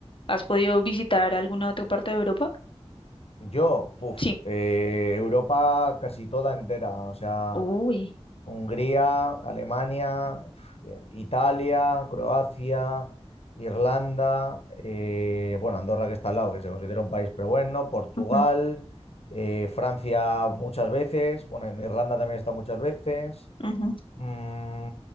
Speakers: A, on the left; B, on the left.
A: ¿Has podido visitar alguna otra parte de Europa?
B: Yo, puff,
A: Sí.
B: eh, Europa casi toda entera, o sea,
A: Uy.
B: Hungría, Alemania, Italia, Croacia, Irlanda, eh, bueno, Andorra que está al lado, que se considera un país, pero bueno, Portugal,
A: Ujú,
B: eh, Francia muchas veces, bueno, en Irlanda también está muchas veces,
A: ujú,
B: mm,